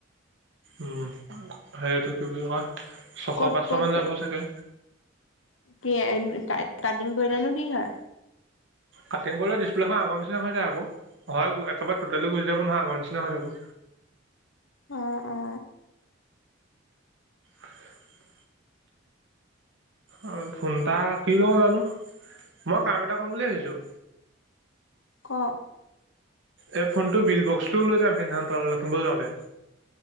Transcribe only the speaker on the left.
ক'ত
ক'ত
কি আই কা কাটিং কৰিলে নো কি হয়।
অ অ
ক